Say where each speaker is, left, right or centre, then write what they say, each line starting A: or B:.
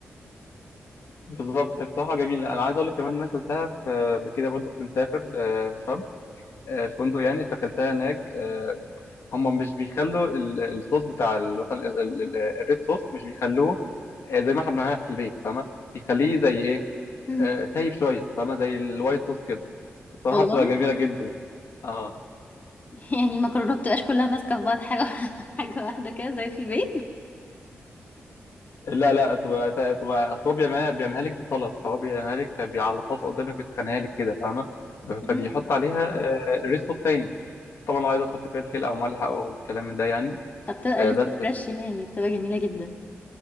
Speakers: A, on the left; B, on the left.
A: بالظبط بصراحه جميله انا عايز اقول لك كمان ان انا اكلتها في بكده برضه كنت مسافر آه، شرم آه، الفندق يعني فاكلتها هناك آه، هم مش بيخلوا ال- الصوص بتاع ال- مثلا ال- ال- ال- الريد صوص مش بيخلوه آه، زي ما احنا بنعملها في البيت فاهمه بيخليه زي ايه
B: مم.
A: آه، سايب شويه فاهمه زي الوايت صوص كده الصراحه
B: والله
A: بتبقى جميله جدا اه
B: <laughs> يعني المكرونه ما بتبقاش كلها ماسكه في بعض حاجه <laughs> حاجه واحده كده زي في البيت
A: لا لا بتبقى بتبقى اصل هو بيعملها بيعملها لك بالطلب هو بيعملها لك بي- على الطاسه قدامك بتخنها لك كده فاهمه ب-
B: مم.
A: فبيحط عليها آه، ريد صوص تاني طبعا لو عايزه تحط فلفل او ملح او كلام من ده يعني
B: فبتبقى
A: آه،
B: لسه
A: بس
B: فريش يعني بتبقى جميله جدا